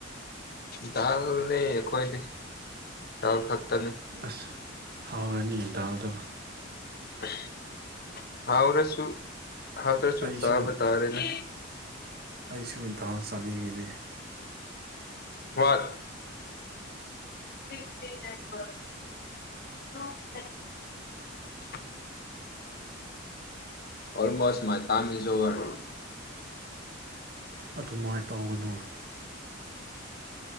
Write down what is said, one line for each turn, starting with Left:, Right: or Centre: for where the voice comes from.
Left: ꯗꯥꯜꯅꯦ ꯑꯈꯣꯏꯗꯤ ꯗꯥꯜ ꯈꯛꯇꯅꯤ
Right: ꯑꯁ ꯍꯥꯎꯔꯅꯤ ꯗꯥꯜꯗꯣ
Left: <unintelligible> ꯍꯥꯎꯗꯁꯨ ꯍꯥꯎ ꯇ꯭ꯔꯁꯨ
Right: ꯑꯩꯁꯨ
Left: ꯆꯥꯕ ꯇꯥꯔꯦꯅꯦ
Right: ꯑꯩꯁꯨ ꯗꯥꯜ ꯆꯥꯅꯤꯡꯉꯤꯅꯦ
Left: ꯍ꯭ꯋꯥꯠ <inaudible> ꯑꯣꯜꯃꯣꯁ ꯃꯥꯏ ꯇꯥꯝꯏ ꯏꯁ ꯑꯣꯕ꯭ꯔ
Right: ꯑꯗꯨꯃꯥꯏꯅ ꯇꯧꯒꯅꯨ